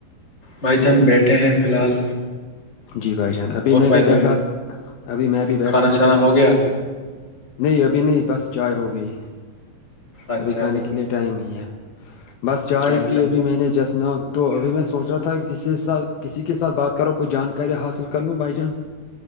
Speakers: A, on the left; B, on the left.
A: بھائی جان بیٹھے ہیں فی الحال
B: جی بھائی جان ابھی
A: اور
B: میں
A: بھائی
B: بھی
A: جان
B: بیٹھا ابھی میں بھی بیٹھا
A: کھانا
B: تھا
A: شانا
B: تو
A: ہو گیا
B: نہیں ابھی نہیں بس چائے ہو گئی
A: اچھا
B: ابھی کھانے کے لیے ٹائم ہی ہے بس چائے
A: اچھا
B: پیے بھی میں نے جسنا تو ابھی میں سوچ رہا تھا کہ کسی س کسی کے ساتھ بات کرو کوئی جانکاری حاصل کر لوں بھائی جان